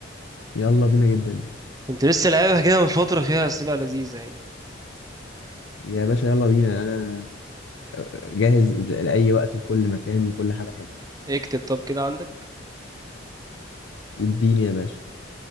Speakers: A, on the left (about 75°); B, on the right (about 20°).
A: يلا بينا جدا
B: كنت لسه لعبها كده من فتره فيها اسئله لذيذه يعني
A: يا باشا يلا بينا انا جاهز ل- لاي وقت وكل مكان وكل حاجه حلوه
B: اكتب طب كده عندك
A: اديني يا باشا